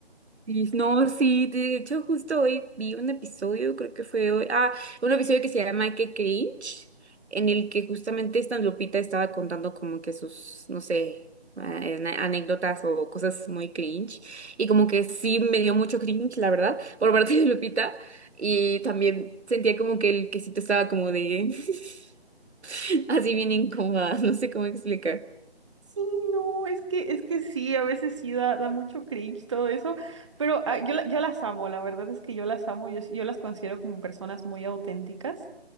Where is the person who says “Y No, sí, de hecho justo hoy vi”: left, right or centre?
Right